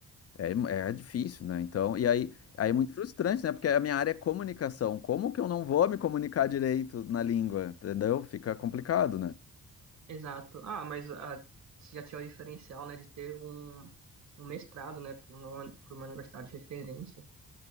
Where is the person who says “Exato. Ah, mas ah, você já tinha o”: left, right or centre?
Right